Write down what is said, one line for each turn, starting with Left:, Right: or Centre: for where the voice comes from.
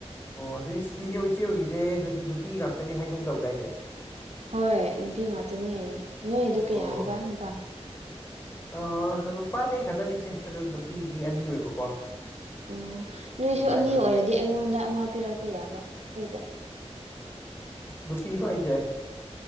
Left: ꯑꯗꯨꯏꯁ ꯏꯤꯒꯤ ꯏꯆꯦ ꯍꯣꯏꯒꯤꯁꯦ ꯑꯗꯨꯗꯤ ꯅꯨꯄꯤ ꯉꯥꯛꯇꯅꯤ ꯍꯥꯏꯒꯨꯝ ꯇꯧꯗꯥꯏꯅꯦ
Right: ꯍꯣꯏ ꯅꯨꯄꯤ ꯉꯥꯛꯇꯅꯦ ꯅꯣꯏꯗꯨ ꯀꯌꯥ
Left: ꯑꯣ
Right: ꯍꯥꯏꯕ ꯅꯨꯄꯥ
Left: ꯑ ꯅꯨꯄꯥꯗꯤ ꯑꯩ ꯈꯛꯇꯅꯤꯍꯦ ꯑꯗꯨ ꯅꯨꯄꯤꯗꯤ ꯑꯅꯤ ꯑꯣꯏꯕꯀꯣ
Right: ꯎꯝ ꯅꯣꯏꯁꯨ
Left: ꯑꯗꯨꯃꯥꯏꯅ
Right: ꯑꯅꯤ
Left: ꯑꯣꯏ
Right: ꯑꯣꯏꯔꯗꯤ ꯑꯩꯉꯣꯟꯗ ꯑꯃ ꯄꯤꯔꯛꯄ ꯌꯥꯕ ꯑꯈꯣꯏꯗ
Left: ꯅꯨꯄꯤꯔꯣ ꯍꯥꯏꯁꯦ